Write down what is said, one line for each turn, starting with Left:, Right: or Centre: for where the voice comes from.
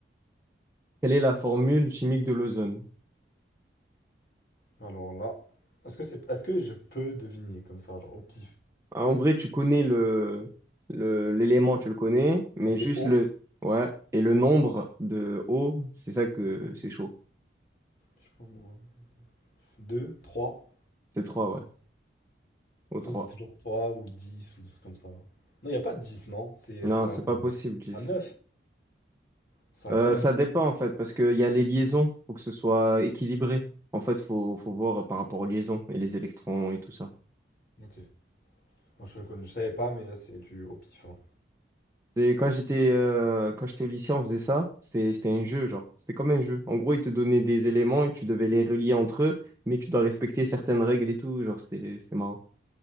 Right: Quelle est la formule chimique de l'ozone?
Left: Alors là, est-ce que c'est, est-ce que je peux deviner comme ça, genre au pif?
Right: Ah, En vrai, tu connais le, le, l'élément, tu le connais, mais
Left: Ah, C'est
Right: juste
Left: haut.
Right: le, ouais, et le nombre de O, c'est ça que c'est chaud.
Left: Je sais pas moi. 2, 3.
Right: C'est trois ouais. o
Left: Sinon
Right: trois.
Left: c'est toujours 3 ou 10 ou des trucs comme ça. Non, il n'y a pas 10 non? C'est,
Right: Non,
Left: ça s'arrête
Right: c'est pas possible, 10.
Left: à 9. Ça s'arrête
Right: Euh,
Left: à 9.
Right: ça dépend, en fait, parce qu'il y a les liaisons, faut que ce soit équilibré. En fait, faut, faut voir par rapport aux liaisons et les électrons et tout ça.
Left: Ok. Moi, je le connais, je savais pas, mais là c'est du au pif. hein.
Right: C'est- Quand j'étais euh, quand j'étais au lycée, on faisait ça. C'était c'était un jeu, genre. C'était comme un jeu. En gros, ils te donnaient des éléments et tu devais les relier entre eux, mais tu dois respecter certaines règles et tout. Genre, c'était c'était marrant.